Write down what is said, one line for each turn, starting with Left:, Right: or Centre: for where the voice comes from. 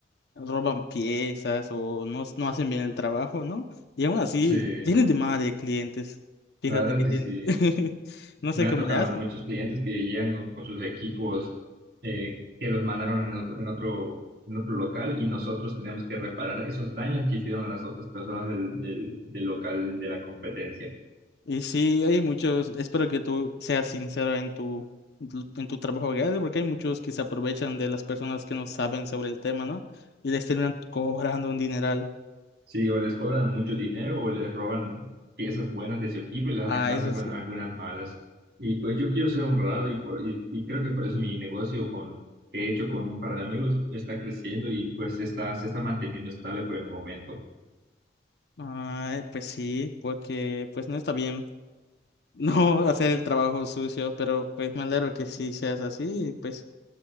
Left: roban piezas o no, no hacen bien el trabajo, ¿no? Y aún así
Right: Sí,
Left: tienen demanda de clientes. Fíjate
Right: la verdad
Left: que
Right: es que
Left: tienen, <laughs>
Right: sí.
Left: no
Right: Me
Left: sé
Right: ha
Left: cómo
Right: tocado
Left: le hacen.
Right: muchos clientes que llegan con, con sus equipos eh, que los mandaron en otro, en otro, en otro local y nosotros tenemos que reparar esos daños que hicieron las otras personas del, del, del local de la competencia.
Left: Y sí, hay muchos, espero que tú seas sincero en tu, en tu en tu trabajo diario, porque hay muchos que se aprovechan de las personas que no saben sobre el tema, ¿no? Y les terminan cobrando un dineral.
Right: Sí, o les cobran mucho dinero o les roban piezas buenas de su equipo y las
Left: Ah,
Right: reemplazan
Left: eso
Right: con
Left: sí.
Right: algunas malas. Y pues yo quiero ser honrado y, por- y, y creo que por eso mi negocio con, que he hecho con un par de amigos está creciendo y pues está, se está manteniendo estable por el momento.
Left: Ay, pues sí, porque pues no está bien <laughs> no hacer el trabajo sucio, pero pues me alegro que sí seas así, y, pues